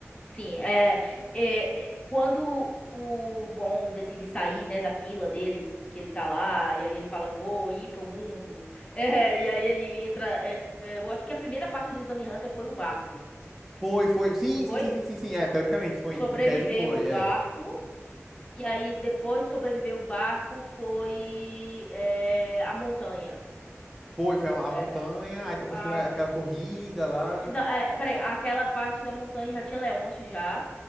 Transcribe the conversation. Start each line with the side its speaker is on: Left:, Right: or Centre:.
Left: sim. É, é, é, quando o Gon decide sair, né, da vila dele, que ele tá lá, e aí ele fala, vou ir pro mundo. <laughs> É, e aí ele entra. é, é, eu acho que a primeira parte do Exame Hunter foi o barco,
Centre: Foi, foi. Sim,
Left: não foi?
Centre: sim, sim, sim, sim, sim. É, teoricamente foi. Em
Left: Sobreviveu
Centre: em tese foi,
Left: o barco.
Centre: é.
Left: E aí, depois de sobreviver o barco, foi é, a montanha.
Centre: Foi,
Left: No-
Centre: foi a a
Left: é,
Centre: montanha, aí depois
Left: a-
Centre: teve a- aquela corrida lá.
Left: Eh, Não, é, é, peraí, aquela parte da montanha já tinha Leôncio já,